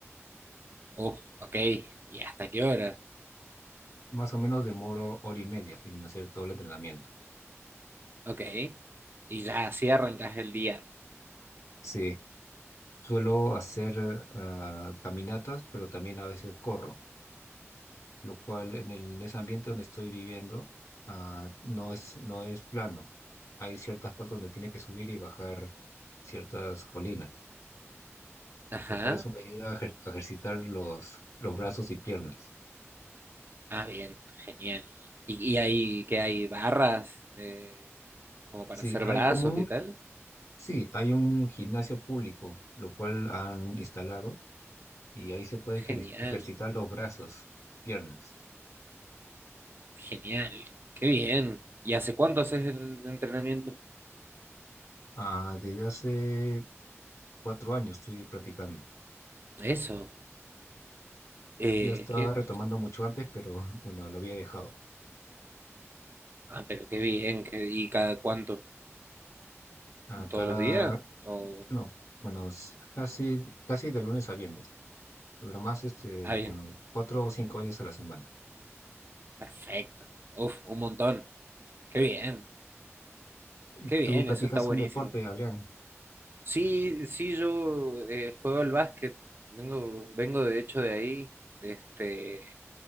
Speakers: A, on the right; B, on the left.
A: Uh, ok, ¿y hasta qué hora?
B: Más o menos demoro hora y media en hacer todo el entrenamiento.
A: Ok, y ya así arrancás el día.
B: Sí, Suelo hacer ah, caminatas, pero también a veces corro, lo cual en el, en ese ambiente donde estoy viviendo ah, no es, no es plano. Hay ciertas partes donde tiene que subir y bajar ciertas colinas,
A: Ajá,
B: lo cual eso me ayuda a ejer- a ejercitar los, los brazos y piernas.
A: ah, bien, genial. ¿Y, y ahí qué hay? ¿Barras? eh, como
B: Sí,
A: para hacer
B: hay
A: brazos
B: como un,
A: y tal.
B: sí, hay un gimnasio público, lo cual han instalado y ahí se puede ejer-
A: Genial,
B: ejercitar los brazos, piernas.
A: genial, qué bien. ¿Y hace cuánto haces el entrenamiento?
B: Ah, desde hace cuatro años estoy practicando.
A: Eso, eh,
B: Yo estaba
A: qué-
B: retomando mucho antes, pero <laughs> bueno, lo había dejado.
A: ah, pero qué bien, qué- ¿y cada cuánto?
B: A
A: todos
B: cada,
A: los días? ¿O...
B: no, bueno, s- casi, casi de lunes a viernes, pero más este,
A: Ah, bien,
B: bueno, cuatro o cinco veces a la semana.
A: perfecto. Uf, un montón. Qué bien,
B: Y
A: qué bien,
B: tú practicas
A: eso está buenísimo.
B: un deporte, Adrián.
A: Sí, sí, yo eh, juego al básquet, vengo, vengo de hecho de ahí, este,